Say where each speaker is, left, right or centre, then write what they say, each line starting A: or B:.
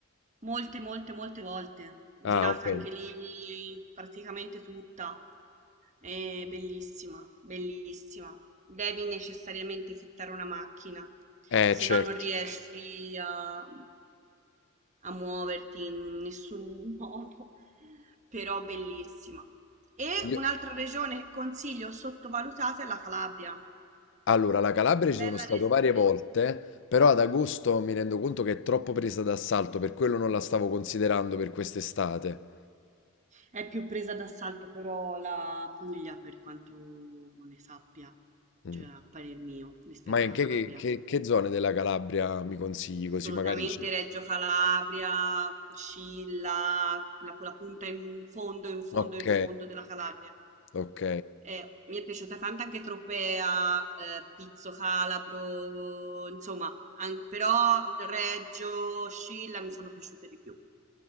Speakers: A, on the right (about 35°); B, on the left (about 60°).
A: Molte, molte, molte volte. Girata
B: Ah, ok.
A: anche lì praticamente tutta. È bellissima, bellissima. Devi necessariamente fittare una macchina,
B: Eh,
A: se
B: certo.
A: no non riesci a, a muoverti in nessun <laughs> modo. Però bellissima. E
B: Io-
A: un'altra regione che consiglio sottovalutata è la Calabria.
B: Allora, la Calabria ci
A: Bella
B: sono stato
A: regione.
B: varie volte, però ad agosto mi rendo conto che è troppo presa d'assalto, per quello non la stavo considerando per quest'estate.
A: È più presa d'assalto però la Puglia per quanto ne sappia,
B: Mm.
A: cioè a parer mio, rispetto
B: Ma in
A: alla
B: che,
A: Calabria.
B: che, che che zone della Calabria mi consigli così
A: Assolutamente
B: magari ci...
A: Reggio Calabria, Scilla, quella, quella punta in fondo, in fondo,
B: Ok,
A: in fondo della Calabria.
B: ok.
A: Eh, mi è piaciuta tanto anche Tropea, eh, Pizzo Calabro, insomma, an- però Reggio, Scilla mi sono piaciute di più.